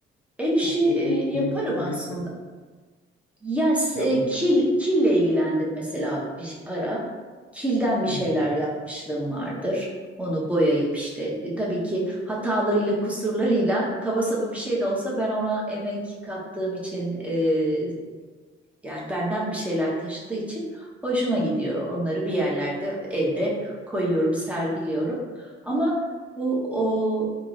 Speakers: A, in the centre; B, on the left.
A: El işi
B: Çok uy-
A: e,
B: uy- uygun
A: yaparım
B: maliyetli.
A: aslında. Yani
B: Ya
A: e,
B: uy-
A: kil, kille ilgilendim mesela bir ara. Kilden bir şeyler
B: Hı hı.
A: yapmışlığım vardır. Onu boyayıp işte e, tabii ki hatalarıyla, kusurlarıyla kaba saba bir şey de olsa ben ona emek kattığım için e, yani benden bir şeyler taşıdığı için hoşuma gidiyor. Onları bir yerlerde evde koyuyorum, sergiliyorum. Ama bu o